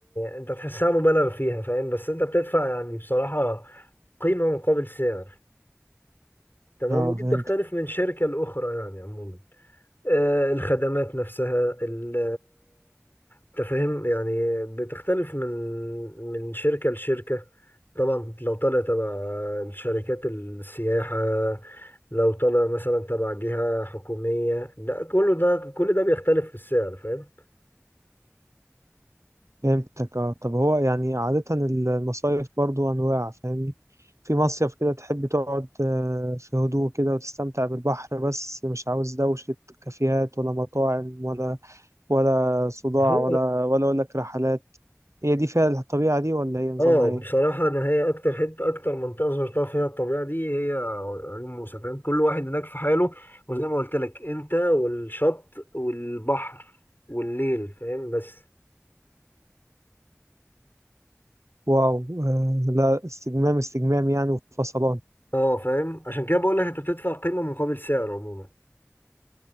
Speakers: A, on the left; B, on the right.
A: أنت تحسها مبالغ فيها فاهم بس أنت بتدفع يعني بصراحة قيمة مقابل سعر تمام
B: اه
A: ودي
B: فهمت
A: بتختلف من شركة لأخرى يعني عموما آه، الخدمات نفسها ال- انت فاهم يعني بتختلف من من شركة لشركة طبعا لو طالع تبع شركات السياحة لو طالع مثلا تبع جهة حكومية ده كله ده كل ده بيختلف في السعر فاهم
B: فهمتك اه طب هو يعني عادة المصايف برضو أنواع فاهمني في مصيف كده تحب تقعد آه، في هدوء كده وتستمتع بالبحر بس مش عاوز دوشة كافيهات ولا مطاعم ولا ولا صداع
A: هو
B: ولا ولا أقول لك رحلات هي دي فيها الطبيعة دي ولا هي نظامها
A: اه بصراحة
B: ايه؟
A: انا هي اكتر حتة اكتر منطقة زرتها فيها الطبيعة دي هي عيون موسى فاهم كل واحد هناك في حاله وزي ما قلت لك انت والشط والبحر والليل فاهم بس
B: واو آه لا استجمام استجمام يعني وفصلان
A: اه فاهم عشان كده بقول لك انت بتدفع قيمة مقابل سعر عموما